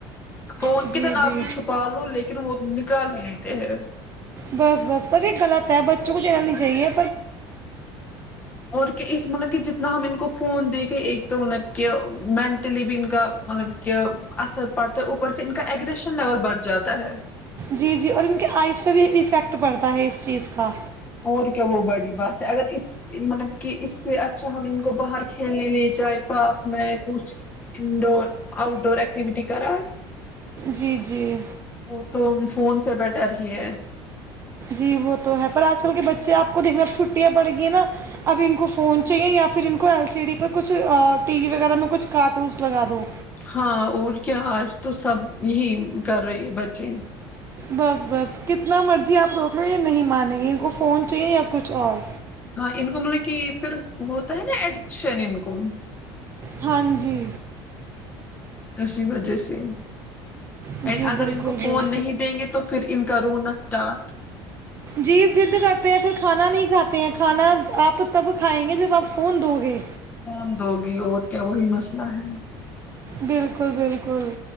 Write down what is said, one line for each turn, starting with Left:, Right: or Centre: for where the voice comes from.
Left: فون
Right: جی
Left: کی تونا
Right: جی
Left: آب بھی چھپا لو لیکن وہ نکال ہی لیتے ہیں
Right: بس بس پر یہ غلط ہے ب چک ج رہا نہیں جیے
Left: اور کہ اس مطلب کہ جتنا ہم ان کو فون دیکھے ایک تو مطلب کہ مینٹلی بھی ان کا مطلب کہ اثر پڑتا ہے اوپر سے ان کا اگریشن لیول بڑھ جاتا ہے
Right: جی جی اور ان کے آئز پہ بھی افیکٹ پڑتا ہے اس چیز کا
Left: اور کیا وہ بڑی بات ہے اگر اس مطلب کہ اس سے اچھا ہم ان کو باہر کھیلنے لے جائ پارک میں کچھ انڈور آؤٹ ڈور ایکٹیویٹی کر
Right: جی جی
Left: وہ تو فون سے بیٹر ہی ہے
Right: جی ب تو ہے پر آج کل کے بچے آپ کو دیکھنے ا چھٹیاں پڑ گی ہیں نا اب ان کو فون چاہیے یا پھر ان کو ایل سی ڈی پر کچھ ٹی وی وغیرہ میں کچھ کارٹونس لگا دو
Left: ہاں اور کیا آج تو سب ہی کر رہی ہے بچے
Right: بس بس کت اتنا مرضی آپ روک لو یہ نہیں مانیں گے ان کو فون چاہیے یا کچھ اور
Left: ہاں ان کو مطلب کہ پھر ہوتا ہے نا ایڈکشن ان کو
Right: ہاں جی
Left: اسی وجہ سے
Right: جی
Left: اینڈ اگر
Right: بالکل
Left: ان کو فون
Right: بالکل
Left: نہیں دیں گے تو پھر ان کا رونا اسٹارٹ
Right: جی ضد کرتے ہیں پھر کھانا نہیں کھاتے ہیں کھانا
Left: کرتے ہیں۔
Right: آپ تب کھائیں گے جیس آپ فون دو گے
Left: کون دو گی اور کیا وہی مسئلہ ہے
Right: بالکل بالکل